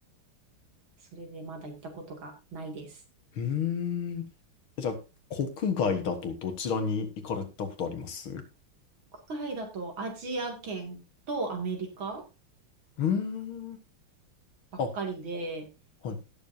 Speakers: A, on the right; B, on the left.
A: それでまだ行ったことがないです。
B: うーん。じゃあ、国外だとどちらに行かれたことありますう
A: 国外だとアジア圏とアメリカ
B: ーん。
A: ばっかりで、
B: あ、はい。